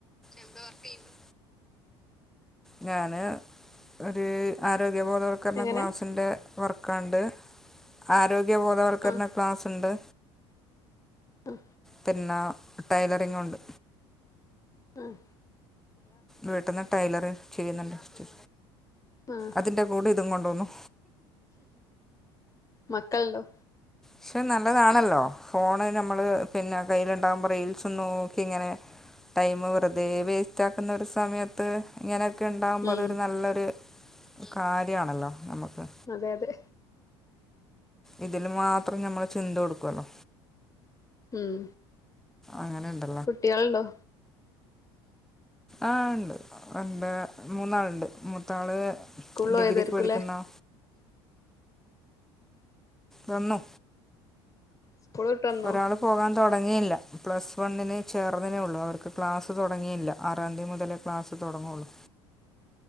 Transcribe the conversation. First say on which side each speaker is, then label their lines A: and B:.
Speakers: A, in the centre; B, on the left.
A: എന്ത വർക്കെയ്ണ്ടോ ഞാന് ഒര് ആരോഗ്യബോധവൽക്കരണ
B: എങ്ങനെ
A: ക്ലാസ്സിൻ്റെ വർക്കാണ്ട്. ആരോഗ്യബോധവർക്കരണ
B: ആഹ്
A: ക്ലാസ്ണ്ട്.
B: അഹ്
A: പിന്നെ ടൈലറിങു ണ്ട്
B: ആഹ്
A: വീട്ടിന്നു ടൈലറിംഗ് ചെയ്യുന്നുണ്ട്
B: ആഹ്
A: അതിൻ്റെ കൂടെ ഇതും കൊണ്ടുപോവുന്നു.
B: മക്കൾണ്ടോ?
A: ക്ഷെ നല്ലതാണല്ലോ ഫോണ് നമ്മള് പിന്നെ കയ്യിലുണ്ടാവുമ്പോ റീൽസും നോക്കി ങ്ങനെ ടൈമ് വെറുതെ വേസ്റ്റ് ആക്കുന്ന ഒരു സമയത്ത് ഇങ്ങനെയൊക്കെ ഉണ്ടാകുമ്പോ
B: ഉം
A: അതൊരു നല്ലൊരു കാര്യാണല്ലോ നമക്ക്.
B: അതെ യതെ.
A: ഇതില് മാത്രം ഞമ്മള് ചിന്ത കൊടുകൊല്ലോ
B: ഉം
A: അങ്ങനെ ണ്ട്
B: കുട്ട്യേൾണ്ടോ?
A: ആഹ് ഇണ്ട് എന്താ മൂന്നാളുണ്ട് മൂത്താള്
B: സ്കൂളിൽ പോയതായിരിക്കുംല്ലേ
A: ഡിഗ്രിക്ക് പഠിക്കുന്നു വന്നു
B: സ്കൂൾ വിട്ട് വന്നോ
A: ഒരാള് പോകാൻ തുടങ്ങിയില്ല പ്ലസ് വണ്ണിന് ചേർന്നതിനേ ഉള്ളൂ അവർക്ക് ക്ലാസ്സ് തുടങ്ങിയില്ല ആറാം തി മുതൽ ക്ലാസ് തൊട്ങ്ങുള്ളൂ.